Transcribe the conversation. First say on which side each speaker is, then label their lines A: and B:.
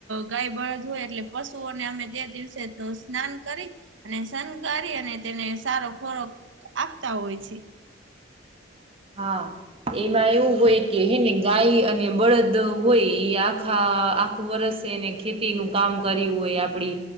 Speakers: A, on the right; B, on the right.
A: ગાય બળદ હોય એટલે પશુઓને અમે તે દિવસે. સ્નાન કરી અને શણગ અને તેને સારો ખોરોક. આપતા હોય છે.
B: હા એમાં એવું હોય કે હેને ગાય અને બળદ હોય એ આખા. આખું વર્ષ એને ખેતી નું કામ કર્યું હોય આપડી